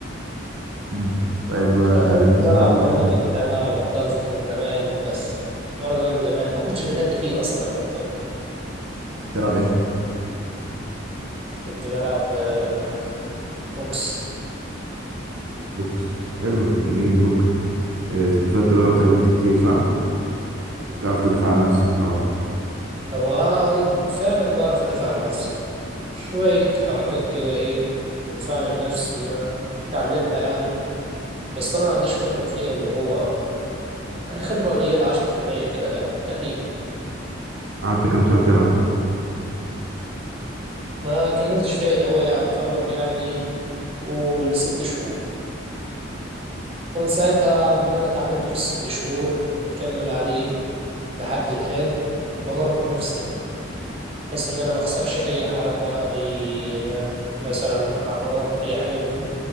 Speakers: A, on the right (about 70°); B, on the right (about 30°).
A: مم. طيب آه،
B: او كنت
A: بالنسبة
B: بلعب
A: ل...
B: برضه بس انا بطلت من زمان بس برضه من زمان ما كنتش بتهدي فيه اصلا يعتبر
A: بتلعب ايه
B: كنت بلعب آه، بوكس
A: بوكس حلو جميل بوكس آه، استفدت بقى وتعلمت كتير صح وبتعرف تدافع عن نفسك طبعا
B: أو أقول فعلا بعرف أدافع عن نفسي شوية حركات كده إيه دفاع عن النفس ما تعلمها يعني بس أنا ما عنديش خبرة فيها اللي هو يعني خبرة قليلة عشرة في المية كده يعني تقريبا
A: قعدت كام سنة بتلعب
B: ما كملتش فيها ده هو يعتبر يعني قول ست شهور ومن ساعتها من اللي أنا اتعلمته في الست شهور مكمل عليه لحد الآن وبمرن نفسي يعني بحيث ان انا ما اخسرش اي حركه اي مثلا عضلات اي حاجه من دي